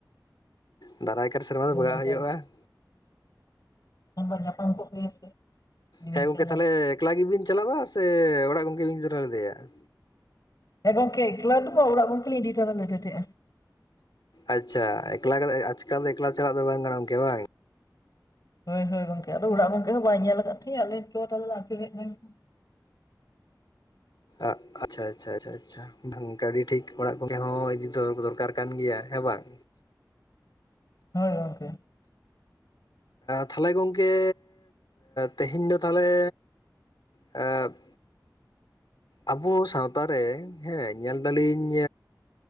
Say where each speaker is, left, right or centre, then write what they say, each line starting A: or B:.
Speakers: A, on the left; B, on the left.
A: ᱫᱟᱨᱟᱭᱠᱟᱱ ᱥᱮᱨᱢᱟ
B: ᱦᱳᱭ
A: ᱫᱚ ᱵᱟᱜᱟᱜ
B: ᱜᱚᱝᱠᱮ
A: ᱦᱩᱭᱩᱜᱼᱟ ᱾
B: ᱩᱱ ᱵᱚ ᱧᱟᱯᱟᱢ ᱠᱚ ᱜᱮᱭᱟᱥᱮ <inaudible>
A: ᱦᱮᱸ ᱜᱚᱝᱠᱮ ᱛᱟᱦᱚᱞᱮ ᱮᱠᱞᱟ ᱜᱮᱵᱤᱱ ᱪᱟᱞᱟᱣᱟ ᱥᱮ ᱚᱲᱟᱜ ᱜᱚᱢᱠᱮ ᱵᱤᱱ ᱤᱫᱤ ᱛᱚᱨᱟ ᱞᱮᱫᱮᱭᱟᱜᱼᱟ?
B: ᱦᱮᱸ ᱜᱚᱝᱠᱮ ᱮᱠᱞᱟ ᱫᱚ ᱵᱟᱝ ᱚᱲᱟᱜ ᱜᱟᱡᱠᱮᱞᱤᱧ ᱤᱫᱤ ᱛᱚᱨᱟ ᱞᱮᱫᱮ ᱛᱟᱦᱮᱸᱜᱼᱟ᱾
A: ᱟᱪᱪᱷᱟ ᱮᱠᱞᱟ ᱟᱪᱠᱟ ᱫᱚ ᱮᱠᱞᱟ ᱪᱟᱞᱟᱜ ᱫᱚ ᱵᱟᱝ ᱜᱚᱝᱠᱮ ᱵᱟᱝ᱾
B: ᱦᱩᱸ ᱦᱩᱸ ᱜᱚᱝᱠᱮ ᱟᱫᱚ ᱚᱲᱟᱜ ᱜᱚᱝᱠᱮ ᱦᱚᱸ ᱵᱟᱭ ᱧᱮᱞ ᱠᱟᱫ ᱛᱟᱦᱮᱸᱫ ᱟᱞᱮ ᱡᱟᱞᱮ ᱟᱹᱪᱩᱨᱮᱫ ᱦᱮᱡ ᱞᱮᱱ ᱜᱮ᱾
A: ᱟᱜ ᱟᱪᱪᱷᱟ ᱟᱪᱪᱷᱟ ᱟᱪᱷᱟᱷᱟ ᱜᱟᱹᱰᱤ ᱴᱷᱤᱠ ᱚᱲᱟᱜ ᱠᱚᱜ ᱦᱚᱸ ᱤᱫᱤ ᱫᱚᱨᱠᱟᱨ ᱠᱟᱱ ᱜᱮᱭᱟ ᱦᱮᱸ ᱵᱟᱝ?
B: ᱦᱚᱭ ᱜᱚᱢᱠᱮ
A: ᱛᱟᱦᱚᱞᱮ ᱜᱚᱝᱠᱮ ᱛᱮᱦᱮᱧ ᱫᱚ ᱛᱟᱦᱚᱞᱮ ᱮᱸᱻ ᱟᱵᱚ ᱥᱟᱶᱛᱟ ᱨᱮ ᱦᱮᱸ ᱧᱮᱞ ᱮᱫᱟᱞᱤᱧ